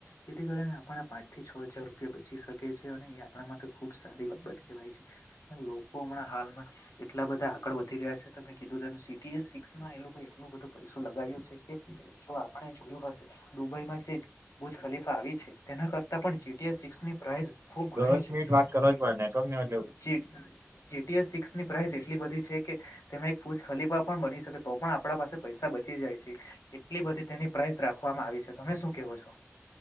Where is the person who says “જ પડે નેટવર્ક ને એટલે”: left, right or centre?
Right